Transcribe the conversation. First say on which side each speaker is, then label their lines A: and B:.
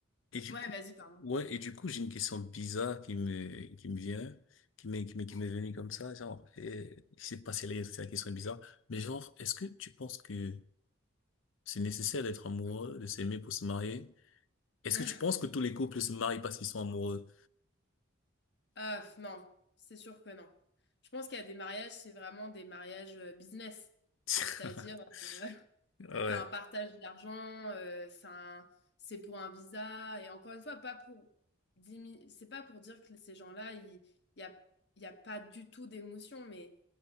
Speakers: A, on the left; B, on the left.
A: et du
B: Ouais,
A: coup,
B: vas-y, pardon.
A: ouais, et du coup, j'ai une question bizarre qui me, qui me vient, qui m'est, qui m'est, qui m'est venue comme ça, genre, et, je sais pas si elle est- c'est la question est bizarre, mais genre, est-ce que tu penses que c'est nécessaire d'être amoureux, de s'aimer pour se marier? Est-ce
B: <laughs>
A: que tu penses que tous les couples se marient parce qu'ils sont amoureux?
B: Ah, f- non, c'est sûr que non. Je pense qu'il y a des mariages, c'est vraiment des mariages euh, business.
A: <laughs>
B: C'est-à-dire, euh, <laughs>
A: Ouais.
B: c'est un partage d'argent, euh, c'est un- c'est pour un visa. Et encore une fois, pas pour dimi- c'est pas pour dire que ces gens-là, il n'y a, il y a pas du tout d'émotion, mais